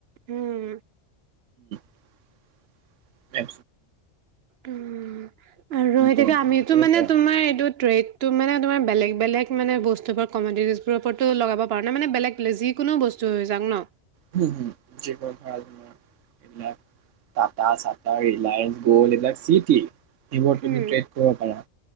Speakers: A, on the right; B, on the right.
A: উম
B: <unintelligible> এক উম <inaudible>
A: উম আৰু
B: তুমি
A: সেইটোকে
B: গৰম
A: আমিতো
B: পানী কৰিব
A: মানে
B: পাৰা
A: তোমাৰ এইটো ট্ৰেড ত মানে তোমাৰ বেলেগ বেলেগ মানে বস্তুবোৰ কমেডিট বোৰ ওপৰতো লগাব পাৰো ন মানে বেলেগ যিকোনো বস্তু হৈ যাও ন
B: ভ চিলয় গড চিটি <inaudible> সেইবোৰ তুমি
A: উম
B: ট্ৰেড কৰিব পাৰা